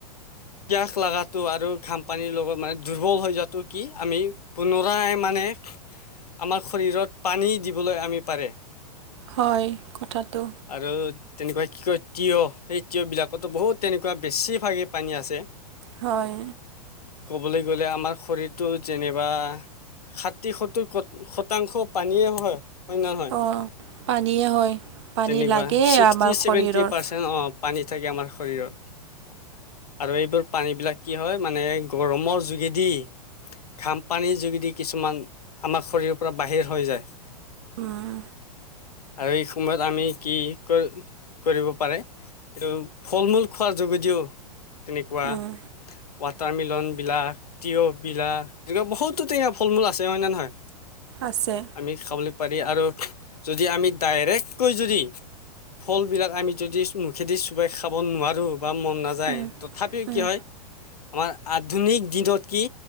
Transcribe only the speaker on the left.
পিয়াস লগাটো আৰু ঘামপানীৰ লগত মানে দুৰ্বল হৈ যোৱাটো কি আমি পুনৰাই মানে। আমাৰ শৰীৰত পানী দিবলৈ আমি পাৰে।
আৰু তেনেকুৱা কি কয় তিঁয়হ সেই তিঁয়হ বিলাকতো বহুত তেনেকুৱা বেছিভাগে পানী আছে।
ক'বলৈ গ'লে আমাৰ শৰীৰটো যেনিবা ষাঠি-সত্তৰ শতাংশ পানীয়েই হয়, হয় নে নহয়?
তেনেকুৱা
ছিক্সটি-ছেভেনটি
পাৰ্চেণ্ট পানী থাকে আমাৰ শৰীৰত। আৰু এইবোৰ পানীবিলাক কি হয়, মানে গৰমৰ যোগেদি ঘাম-পানীৰ যোগেদি কিছুমান আমাৰ শৰীৰৰ পৰা বাহিৰ হৈ যায়।
আৰু এই সময়ত আমি কি কৰিব পাৰে? এইটো ফল-মূল খোৱাৰ যোগেদিও তেনেকুৱা
সোৱাদ ৱাটাৰমেলন বিলাক, তিয়ঁহ বিলাক, তেনেকুৱা বহুতো তেনেকুৱা ফল-মূল আছে, হয় নে নহয়?
আমি খাবলৈ পাৰি। আৰু যদি আমি ডাইৰেক্টকৈ যদি ফলবিলাক আমি মুখেদি চোবাই খাব নোৱাৰোঁ বা মন নাযায়।
তথাপিও
কি হয়, আমাৰ আধুনিক দিনত কি